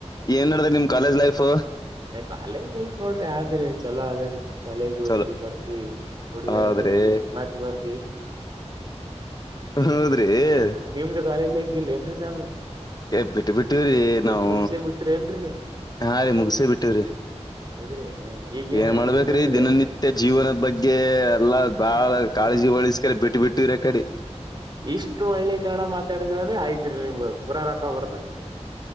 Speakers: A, on the left (about 35°); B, on the right (about 40°).
A: ಏನ್ ನಡ್ರಿ ನಿಮ್ ಕಾಲೇಜ್ ಲೈಫ್.
B: ಏ -ಕಾಲೇಜ್ ಲೈಫ್ ನೋಡ್ರಿ ಆದ್ರಿ ಚಲೋ ಅದರಿ ಕಾಲೇಜ್ ಓಯ್ತೀವಿ
A: ಚಲೋ
B: ಬರ್ತೀವಿ. ಹುಡುಗಿಯರ್
A: ಹೌದ್ರಿ
B: ನೋಡ್ತಿವಿ ಮತ್ ಬರ್ತಿ.
A: ಹೌದ್ರಿ
B: ಏಹ್ ನಿಮ್ದು ಕಾಲೇಜ್ ಇಲ್ಲಿ ಏನ್ರಿ ಸಾಂಬ್ರಿ.
A: ಬಿಟ್ಟು ಬಿಟ್ಟವ್ರೀ ನಾವು
B: ಮುಗಸೇ ಬಿಟ್ರಿ ಏನ್ರೀ ನೀವ್
A: -ಹಾ- ರೀ -ಮುಗ ಸೆ. ಬಿಟ್ಟರೆ
B: <unintelligible>
A: ಏನ್ ಮಾಡ್ಬೇಕ್ರಿ
B: ಬಿಸ್ನೆಸ್ ರೀ
A: ದಿನನಿತ್ಯ ಜೀವನದ ಬಗ್ಗೆ ಎಲ್ಲಾ ಬಾಳ
B: ಹ್ಮ
A: ಕಾಳಜಿ ಹಳಸ್ಕರ ಬಿಟ್ಟ ಬಿಟ್ಟ ದೂರ ಕಡೆ
B: ಇಷ್ಟು ಒಳ್ಳೆ ಕನ್ನಡ ಮಾತಾಡಿದಿರ ಅಂದ್ರೆ ಆಯತ್ರಿ ನಿಮ್ಗ ಬುರಾ ರಕ್ಕ ಬರ್ತ